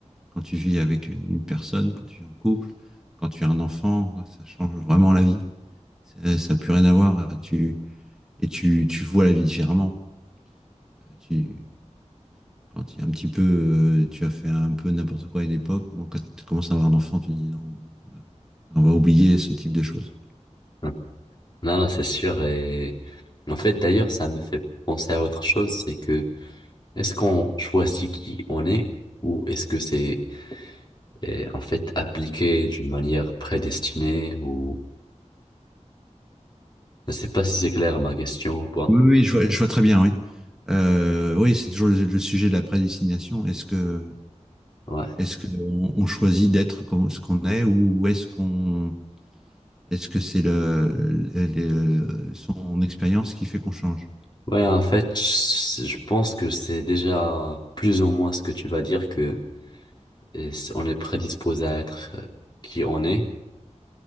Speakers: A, in the centre; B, on the left.
A: Quand tu vis avec une personne, quand tu vis en couple, quand tu as un enfant, ouais, ça change vraiment la vie. Ça n'a plus rien à voir. euh, Tu, et tu, tu vois la vie différemment. Euh, Tu, quand il y a un petit peu, euh, tu as fait un peu n'importe quoi à une époque, bon, quand tu commences à avoir un enfant, tu dis non, non, on va oublier ce type de choses.
B: Mm. Non, non, c'est sûr. Et en fait, d'ailleurs, ça me fait penser à autre chose, c'est que est-ce qu'on choisit qui on est ou est-ce que c'est euh, en fait appliqué d'une manière prédestinée ou je sais pas si c'est clair ma question ou pas.
A: Oui, oui, je vois, je vois très bien, oui. Euh, oui, c'est toujours le, le sujet de la prédestination. Est-ce que,
B: Ouais.
A: est-ce que on, on choisit d'être comme ce qu'on est ou est-ce qu'on, est-ce que c'est le, le- le- son expérience qui fait qu'on change?
B: Ouais, en fait, je je pense que c'est déjà plus ou moins ce que tu vas dire que Et c- on est prédisposé à être euh, qui on est,